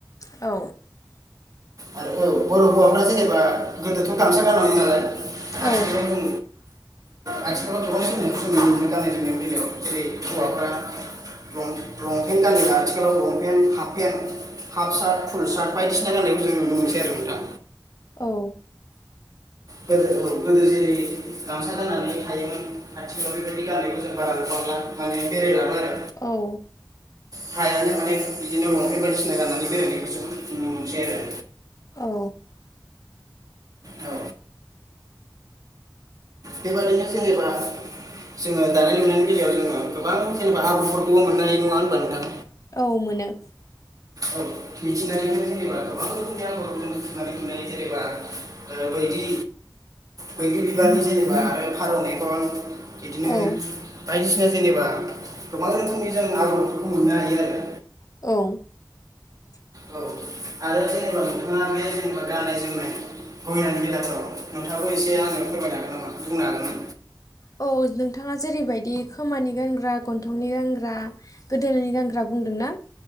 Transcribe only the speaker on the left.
औ
औ
औ
औ
औ
औ मोनो‌।
औ
औ <inaudible>
अ औ नोंथाङा जेरैबायदि खोमानि गानग्रा गन्थंनि गानग्रा गोदोननि गानग्रा बुंदोंना।